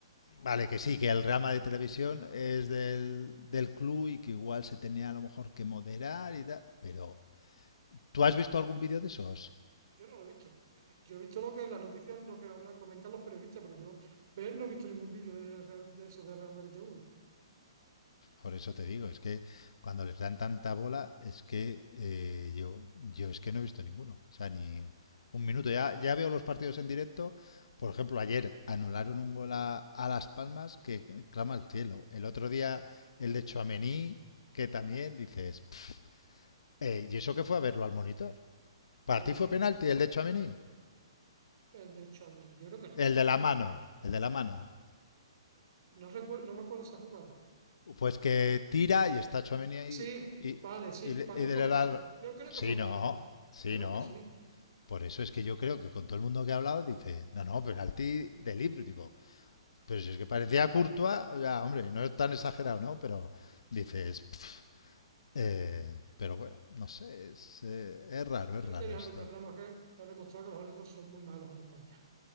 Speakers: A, on the left; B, on the right.
A: Vale, que sí, que el rama de televisión es del, del club y que igual se tenía a lo mejor que moderar y tal. Pero, ¿tú has visto algún vídeo de esos?
B: Yo no lo he visto. Yo he visto lo que las noticias, lo que habla, comentan los periodistas, pero yo ver no he visto ningún vídeo de, Real- de eso de Real Madrid TV.
A: Por eso te digo, es que cuando les dan tanta bola, es que eh, yo, yo es que no he visto ninguno. O sea, ni un minuto. Ya, ya veo los partidos en directo. Por ejemplo, ayer anularon un gol a, a Las Palmas que clama al cielo. El otro día el de Tchouaméni, que también dices, "Pff, eh, ¿y eso que fue a verlo al monitor? ¿Para
B: Sí,
A: ti
B: sí,
A: fue penalti el de Tchouaméni?
B: el de Tchouaméni. Yo creo que no.
A: El de la mano, el de la mano.
B: No recuerdo, no me acuerdo esa jugada.
A: Pues que tira y está Chomini ahí
B: Sí,
A: y, y,
B: vale, sí.
A: y le-
B: Para
A: y
B: mí
A: de
B: fue penalti.
A: la...
B: Yo creo
A: Sí,
B: que fue penalti.
A: no, sí,
B: Yo creo
A: no.
B: que sí.
A: Por eso es que yo creo que con todo el mundo que ha hablado dice, no, no, penalti de libro. Digo, pero si es que parecía Courtois, o sea, hombre, no es tan exagerado, ¿no? Pero dices, "Pf". Eh, pero bueno, no sé, es, eh, es raro,
B: Son
A: es
B: criterios
A: raro esto.
B: arbitrales, pero vamos, es que está demostrado que los árbitros son muy malos en España.